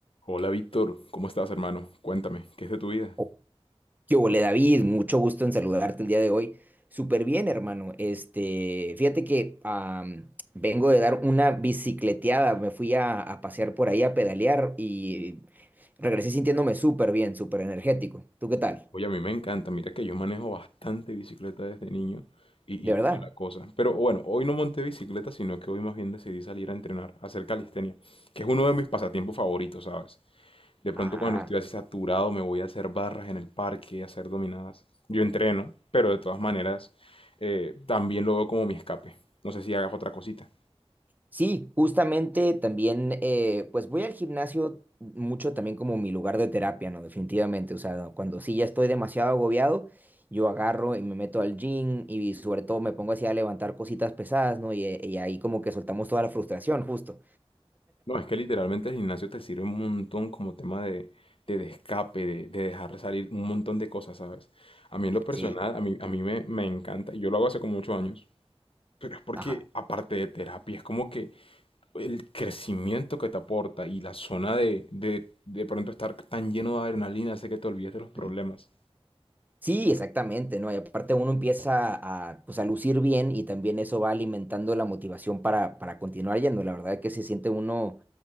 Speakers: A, on the left; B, on the right.
A: Hola Víctor, ¿cómo estás hermano? Cuéntame, ¿qué es de tu vida?
B: Oh, ¿Qué hubo, David? Mucho gusto en saludarte el día de hoy. Súper bien, hermano. Este, fíjate que am, vengo de dar una bicicleteada. Me fui a, a pasear por ahí a pedalear y regresé sintiéndome súper bien, súper energético. ¿Tú qué tal?
A: Oye, a mí me encanta, mira que yo manejo bastante bicicleta desde niño y,
B: ¿De
A: y toda
B: verdad?
A: la cosa. Pero bueno, hoy no monté bicicleta, sino que hoy más bien decidí salir a entrenar, a hacer calistenia, que es uno de mis pasatiempos favoritos, ¿sabes? De pronto
B: Ah.
A: cuando estoy así saturado me voy a hacer barras en el parque, a hacer dominadas. Yo entreno, pero de todas maneras eh, también lo veo como mi escape. No sé si hagas otra cosita.
B: Sí, justamente también, eh, pues voy al gimnasio mucho también como mi lugar de terapia, ¿no? Definitivamente, o sea, cuando sí ya estoy demasiado agobiado, yo agarro y me meto al gym y sobre todo me pongo así a levantar cositas pesadas, ¿no? Y, eh, y ahí como que soltamos toda la frustración, justo.
A: No, es que literalmente el gimnasio te sirve un montón como tema de, de, de escape, de, de dejar salir un montón de cosas, ¿sabes? A mí en lo personal,
B: Sí,
A: a mí, a mí me, me encanta, y yo lo hago hace como muchos años, pero es porque
B: ajá.
A: aparte de terapia, es como que el crecimiento que te aporta y la zona de, de, de pronto estar tan lleno de adrenalina hace que te olvides de los problemas.
B: Ujú. Sí, exactamente, ¿no? Y aparte uno empieza a, pues, a lucir bien y también eso va alimentando la motivación para, para continuar yendo. La verdad que se siente uno,